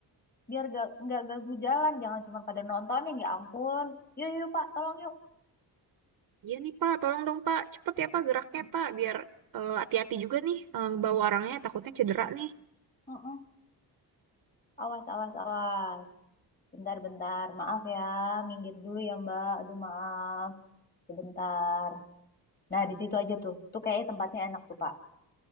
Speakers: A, on the left (about 25°); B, on the right (about 60°).
A: biar gak, nggak ganggu jalan. Jangan cuma pada nontonin, ya ampun. Yuk, yuk, Pak, tolong yuk.
B: Iya nih Pak, tolong dong Pak, cepet ya Pak geraknya Pak, biar eh, hati-hati juga nih eh, bawa orangnya takutnya cedera nih.
A: Heeh. Awas, awas, awas. Bentar, bentar. Maaf ya, minggir dulu ya, Mbak. Aduh, maaf. Sebentar. Nah, di situ aja tuh. Tuh kayaknya tempatnya enak tuh, Pak.